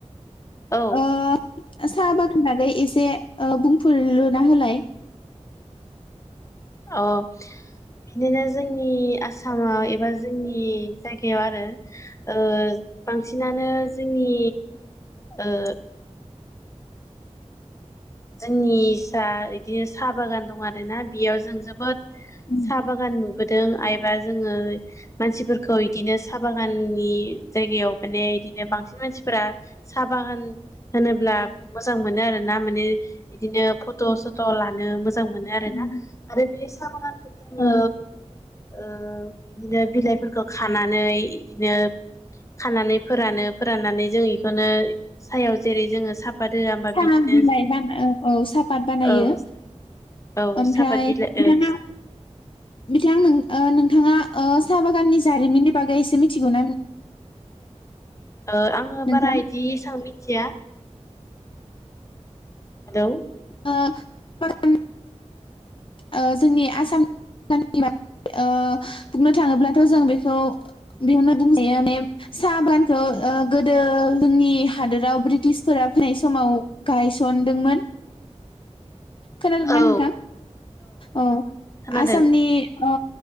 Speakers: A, on the left; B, on the left.
A: औ
B: ओ साहा बागाननि बागै एसे ओ बुंफुरलुना होलाय।
A: अ बिदिनो जोंनि आसामाव एबा जोंनि जायगायाव आरो ओ बांसिनानो जोंनि ओ जोंनि सा इदिनो साहा बागान दं आरो ना बेयाव जों जोबोद
B: उम
A: साहा बागान नुबोदों एबा जोङो मानसिफोरखौ इदिनो साहा बागाननि जायगायाव माने इदिनो बांसिन मानसिफोरा साहा बागान होनोब्ला मोजां मोनो आरोना माने इदिनो फट' सथ' लानो मोजां मोनो आरो
B: उम
A: ना आरो बे साहा बागानखौ जोङो
B: औ
A: ओ इदिनो बिलाइफोरखौ खानानै इदिनो खानानै फोरानो फोराननानै जों बेखौनो सायाव जेरै जोङो साफ द होआ होमबा
B: साहा
A: बिदिनो
B: बिलाइ बान औ साहापात बानायो
A: ओं औ
B: ओमफ्राय
A: सापात बिलाइ
B: बिथाङा बिथां ओ नोंथाङा ओ साहा बागाननि जारिमिननि बागै एसे मिथिगौ ना
A: ओ आङो
B: नोंथां
A: बारा इदि एसां मि थिया हेलौ।
B: <unintelligible> ओ जोंनि आसामनि <unintelligible> ओ बुंनो थाङोब्लाथ' जों बेखौ बेयावनो बुंजायो माने साहा बागानखौ ओ गोदो जोंनि हादोराव ब्रिटिशफोरा फैनाय समाव गायसनदोंमोन। खोनादोंना
A: औ
B: नोंथां औ
A: खोनादों
B: आसामनि ओ